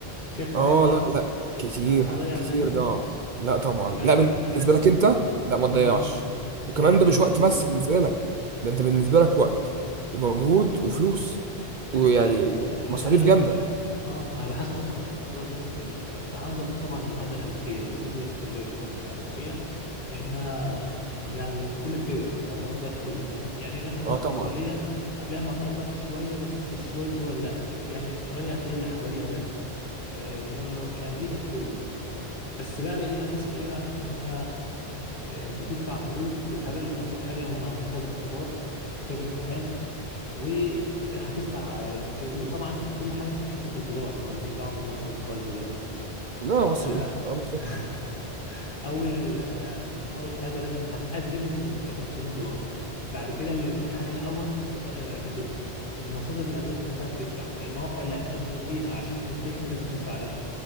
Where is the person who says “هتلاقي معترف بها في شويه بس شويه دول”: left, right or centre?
Left